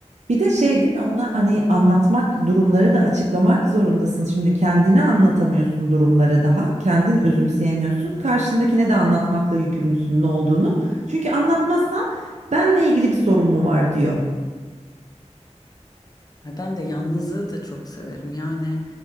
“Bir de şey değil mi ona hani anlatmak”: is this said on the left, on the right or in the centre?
Right